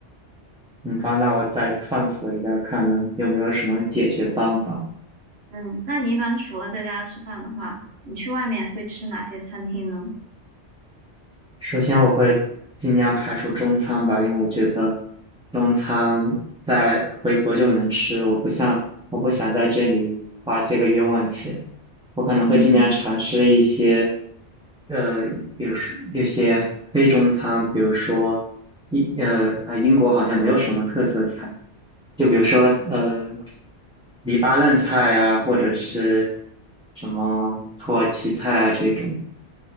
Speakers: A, in the centre; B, on the right.
A: 行吧，那我再探索一下，看能有没有什么解决方法。
B: 嗯，那你一般除了在家吃饭的话，你去外面会吃哪些餐厅呢？
A: 首先，我会尽量排除中餐吧，因为我觉得中餐在回国就能吃，我不像我不想在这里花这个冤枉钱。我可能会尽量尝试一些，
B: 嗯。
A: 呃，有时有些非中餐，比如说英呃啊英国好像没有什么特色菜，就比如说呃黎巴嫩菜呀、或者是什么土耳其菜啊这种。